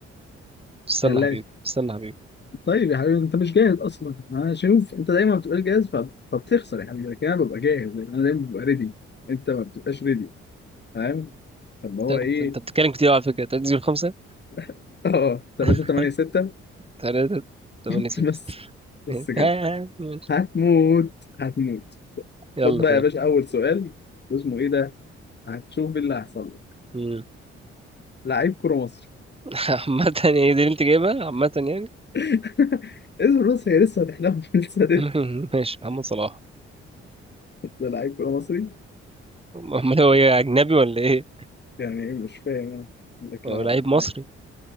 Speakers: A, on the right (about 20°); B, on the left (about 35°).
A: استنى
B: ثلاثة
A: حبيبي استنى حبيبي
B: طيب يا حبيبي انت مش جاهز اصلا انا شوف انت دايما ما بتبقاش جاهز فب- فبتخسر يا حبيبي لكن انا ببقى جاهز لأن انا دايما ببقى ريدي انت ما بتبقاش ريدي فاهم طب
A: انت
B: هو ايه
A: انت أنت بتتكلم كتير على فكره تنزل خمسه
B: <laughs> اه 3
A: <laughs>
B: 8 6
A: تلاتة تمانية
B: <laughs>
A: ستة
B: بس
A: <laughs>
B: بس
A: آه،
B: كده
A: آه، ماشي
B: هتموت هتموت
A: يلا
B: خد بقى
A: طيب
B: يا باشا اول سؤال واسمه ايه ده هتشوف إيه اللي هيحصل لك
A: مم.
B: لعيب كرة مصري
A: <laughs> عامة يعني دي اللي انت جايبها عامة يعني
B: <laughs> اسم بص هي لسه هتحلم <laughs> لسه هتت-
A: <laughs> ماشي محمد صلاح
B: ده لعيب كرة مصري
A: امال هو ايه اجنبي ولا ايه
B: يعني ايه مش فاهم انا يقول لك
A: هو
B: لا
A: لعيب مصري
B: لا